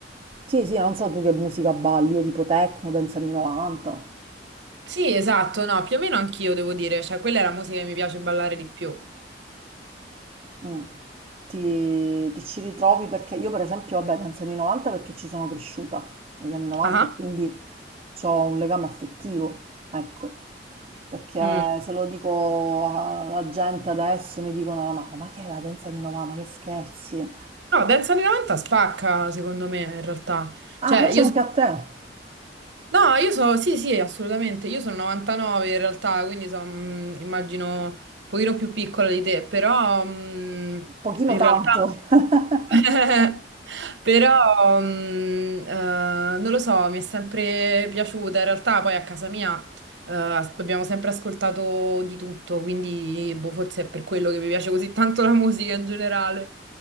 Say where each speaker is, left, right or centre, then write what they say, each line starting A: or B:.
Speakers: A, on the right; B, on the right.
A: Sì, sì, non so tu che musica balli, io tipo techno, dance anni 90.
B: Sì, esatto, no, più o meno anch'io devo dire, cioè quella è la musica che mi piace ballare di più.
A: Mm. Ti, ti ci ritrovi perché io per esempio, vabbè, penso anni 90 perché ci sono cresciuta negli anni 90
B: Ah.
A: e quindi ho un legame affettivo, ecco, perché
B: Mm.
A: se lo dico a- alla gente adesso mi dicono no, ma che è la danza di 90, ma che scherzi.
B: No, Dance anni 90 spacca, secondo me, in realtà.
A: Ah,
B: Cioè,
A: piace
B: io
A: anche
B: sono
A: a te,
B: No, io sono, sì, sì, assolutamente, io sono 99 in realtà, quindi sono, immagino, un pochino più piccola di te, però mm,
A: pochino
B: in
A: tanto.
B: realtà...
A: <laughs>
B: <laughs> Però, mm, eh, non lo so, mi è sempre piaciuta. In realtà, poi a casa mia, eh, as- abbiamo sempre ascoltato di tutto, quindi boh, forse è per quello che mi piace così tanto la musica in generale.